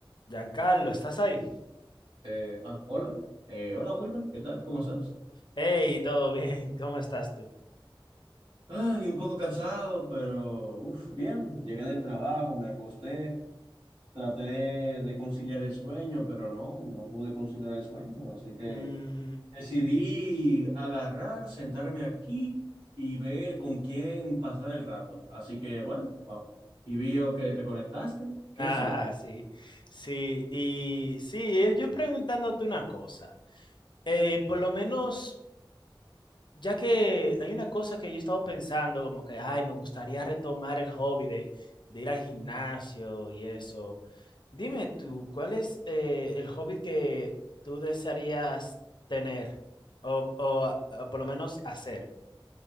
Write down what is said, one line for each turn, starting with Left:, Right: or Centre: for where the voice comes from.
Left: Giancarlo, ¿estás ahí?
Right: Eh, ah, hola. Eh, hola Wilmer, ¿qué tal? ¿Cómo estás?
Left: Hey, todo bien, <laughs> ¿cómo estás tú?
Right: Ay, un poco cansado, pero uf, bien. Llegué del trabajo, me acosté, traté de conciliar el sueño, pero no, no pude conciliar el sueño. Así que
Left: Mm,
Right: decidí agarrar, sentarme aquí y ver con quién pasar el rato. Así que bueno, vamos. Y vio que te conectaste. ¿Quieres
Left: ah,
Right: hablar?
Left: sí, sí, y sí, eh, yo preguntándote una cosa, eh, por lo menos, ya que hay una cosa que yo he estado pensando, como que, ay, me gustaría retomar el hobby de, de ir al gimnasio y eso, dime tú, ¿cuál es eh, el hobby que tú desearías tener o, o, ah, por lo menos hacer?